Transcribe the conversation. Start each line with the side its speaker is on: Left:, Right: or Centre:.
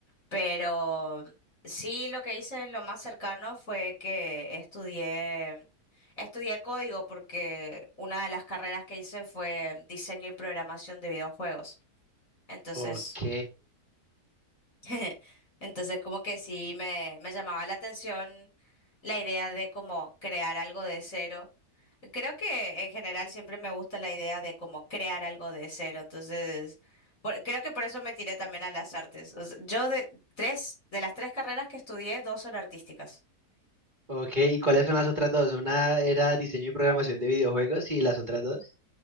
Left: Pero sí, lo que hice lo más cercano fue que estudié, estudié código porque una de las carreras que hice fue diseño y programación de videojuegos. Entonces,
Right: Ok,
Left: <laughs> Entonces, como que sí me, me llamaba la atención la idea de como crear algo de cero. Creo que en general siempre me gusta la idea de como crear algo de cero. Entonces, por- creo que por eso me tiré también a las artes. O sea, yo de tres, de las tres carreras que estudié, dos son artísticas.
Right: ok. ¿Y cuáles son las otras dos? Una era diseño y programación de videojuegos y las otras dos.